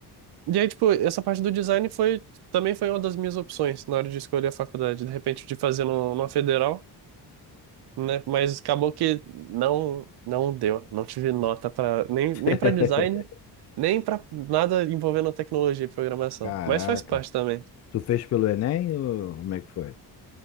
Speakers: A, on the right (about 70°); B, on the left (about 40°).
A: e aí, tipo, essa parte do design foi, também foi uma das minhas opções na hora de escolher a faculdade. De repente, de fazer no- numa federal né? Mas acabou que não não deu, não tive nota para nem nem
B: <laughs>
A: para design, nem para nada envolvendo tecnologia e programação.
B: Caraca.
A: Mas faz parte também.
B: Tu fez pelo Enem ou como é que foi?